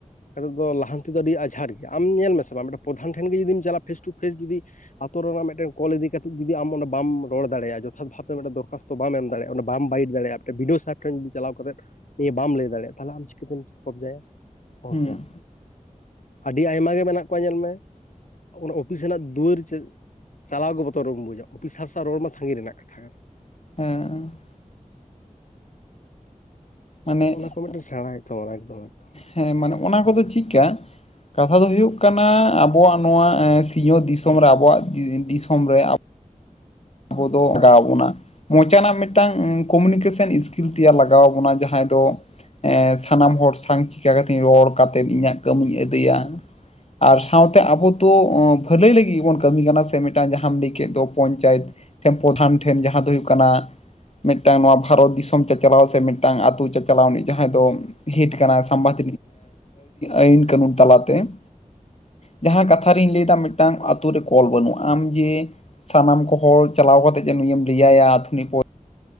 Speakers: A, on the left (about 65°); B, on the left (about 50°).
A: ᱫᱚ ᱞᱟᱦᱟᱱᱛᱤ ᱫᱚ ᱟᱹᱰᱤ ᱟᱡᱷᱟᱨ ᱜᱮᱭᱟ ᱟᱢ ᱧᱮᱞ ᱢᱮᱥᱮ ᱵᱟᱝ ᱢᱮᱫᱴᱟ ᱯᱨᱚᱫᱷᱟᱱ ᱴᱷᱮᱱ ᱜᱮ ᱡᱩᱫᱤᱢ ᱪᱟᱞᱟᱜᱼᱟ ᱯᱷᱮᱥ ᱴᱩ ᱯᱷᱮᱥ ᱡᱩᱫᱤ ᱟᱛᱳ ᱨᱮᱱᱟᱜ ᱢᱤᱫᱴᱮᱱ ᱠᱚᱞ ᱤᱫᱤ ᱠᱟ ᱠᱟᱛᱮᱮᱫ ᱡᱩᱫᱤ ᱟᱢᱸ ᱵᱟᱢ ᱨᱚᱲ ᱫᱟᱲᱮᱭᱟᱜᱼᱟ ᱡᱚᱛᱷᱟᱛ ᱵᱷᱟᱵᱽ ᱛᱮ ᱢᱤᱫᱴᱟᱝ ᱫᱚᱨᱠᱟᱥ ᱛᱚ ᱵᱟᱢ ᱮᱢ ᱫᱟᱲᱮᱼᱟ ᱚᱱᱟ ᱵᱟᱢ ᱵᱟᱭᱤᱴ ᱫᱟᱲᱮᱜ-ᱟ ᱢᱮᱫᱴᱮᱡ ᱵᱤ ᱰᱤ ᱳ ᱥᱟᱨ ᱴᱷᱮᱱ ᱡᱩᱫᱤ ᱪᱟᱞᱟᱣ ᱠᱟᱛᱮᱫ ᱱᱤᱭᱟᱹ ᱵᱟᱢ ᱞᱟᱹᱭ ᱫᱟᱲᱮᱭᱟᱜᱼᱟ ᱛᱟᱦᱚᱞᱮ ᱟᱢ ᱪᱤᱠᱟᱹᱛᱮᱢ ᱠᱚᱯᱡᱟᱭᱟ? ᱚᱦᱚ
B: ᱦᱩᱸ
A: ᱠᱮᱭᱟᱢ, ᱟᱹᱰᱤ ᱟᱭᱢᱟ ᱜᱮ ᱢᱮᱱᱟᱜ ᱠᱚᱣᱟ ᱧᱮᱞ ᱢᱮ ᱚᱱᱟ ᱚᱯᱷᱤᱥ ᱨᱮᱱᱟᱜ ᱫᱩᱣᱟᱹᱨ ᱪ ᱪᱟᱞᱟᱣ ᱜᱮ ᱵᱚᱛᱚᱨᱵᱚᱱ ᱵᱩᱡᱟ ᱚᱯᱷᱤᱥ ᱥᱟᱨ ᱥᱟᱜ ᱨᱚᱲ ᱢᱟ ᱥᱟᱸᱜᱤᱧ ᱨᱮᱱᱟᱜ ᱠᱟᱛᱷᱟ ᱠᱟᱱᱟ ᱾
B: ᱦᱮᱸ ᱾ ᱢᱟᱱᱮ
A: ᱚᱱᱟ ᱠᱚ ᱢᱤᱫᱴᱮᱱ ᱥᱮᱬᱟᱭ ᱦᱚᱭᱚ ᱛᱚᱢᱟ ᱮᱠᱫᱚᱢᱮ ᱾
B: ᱦᱮᱸ ᱢᱟᱱᱮ ᱚᱱᱟ ᱠᱚᱫᱚ ᱪᱮᱫᱠᱟ ᱠᱟᱛᱷᱟ ᱫᱚ ᱦᱩᱭᱩᱜ ᱠᱟᱱᱟ ᱟᱵᱚᱣᱟᱜ ᱱᱚᱣᱟ ᱮᱸ ᱥᱤᱧᱚᱛᱧ ᱫᱤᱥᱚᱢ ᱨᱮ ᱟᱵᱚᱣᱟᱜ ᱫᱤᱥᱚᱢ ᱨᱮ ᱟᱵᱚ ᱫᱚ ᱞᱟᱜᱟᱣ ᱵᱚᱱᱟ ᱢᱚᱪᱟ ᱱᱟᱜ ᱢᱮᱫ ᱴᱟᱝ ᱠᱚᱢᱤᱱᱤᱠᱮᱥᱚᱱ ᱥᱠᱤᱞ ᱛᱮᱭᱟᱨ ᱞᱟᱜᱟᱣ ᱵᱚᱱᱟ ᱡᱟᱦᱟᱸᱭ ᱫᱚ ᱮᱜ ᱥᱟᱱᱟᱢ ᱦᱚᱲ ᱥᱟᱶ ᱪᱤᱠᱟ ᱠᱟᱛᱮ ᱨᱚᱲ ᱠᱟᱛᱮᱜ ᱤᱧᱟᱹᱜ ᱠᱟᱹᱢᱤᱧ ᱟᱹᱫᱟᱹᱭᱟ ᱟᱨ ᱥᱟᱶᱛᱮ ᱟᱵᱚ ᱛᱚ ᱵᱷᱟᱹᱞᱟᱹᱭ ᱞᱟᱹᱜᱤᱫ ᱜᱮ ᱵᱚᱱ ᱠᱟᱹᱢᱤ ᱠᱟᱱᱟ ᱥᱮ ᱢᱤᱫᱴᱟᱱ ᱡᱟᱦᱟᱸᱢ ᱞᱟᱹᱭ ᱠᱮᱫ ᱫᱚ ᱯᱚᱧᱪᱟᱭᱮᱛ ᱴᱷᱮᱱ ᱯᱨᱚᱫᱷᱟᱱ ᱴᱷᱮᱱ ᱡᱟᱦᱟᱸ ᱫᱚ ᱦᱩᱭᱩᱜ ᱠᱟᱱᱟ ᱢᱤᱫᱴᱟᱝ ᱱᱚᱣᱟ ᱵᱷᱟᱨᱚᱛ ᱫᱤᱥᱚᱢ ᱪᱟᱪᱟᱞᱟᱣ ᱥᱮ ᱢᱤᱫᱴᱟᱝ ᱟᱛᱳ ᱪᱟᱪᱟᱞᱟᱣ ᱱᱤᱡ ᱡᱟᱦᱟᱸᱭ ᱫᱚ ᱦᱤᱴ ᱠᱟᱱᱟ ᱥᱟᱢᱵᱟᱫ ᱟᱹᱭᱤᱱ ᱠᱟᱹᱱᱩᱱ ᱛᱟᱞᱟᱛᱮ ᱾ ᱡᱟᱦᱟᱸ ᱠᱟᱛᱷᱟ ᱨᱤᱧ ᱞᱟᱹᱭᱫᱟ ᱢᱤᱫᱴᱟᱝ ᱛᱳ ᱨᱮ ᱠᱚᱞ ᱵᱟᱹᱱᱩᱜᱼᱟ ᱟᱢ ᱡᱮ ᱥᱟᱱᱟᱢ ᱠᱚ ᱦᱚᱲ ᱪᱟᱞᱟᱣ ᱠᱟᱛᱮᱜ ᱡᱮ ᱱᱩᱭᱮᱢ ᱞᱟᱹᱭᱟᱭᱟ ᱟᱛᱷᱩᱱᱤ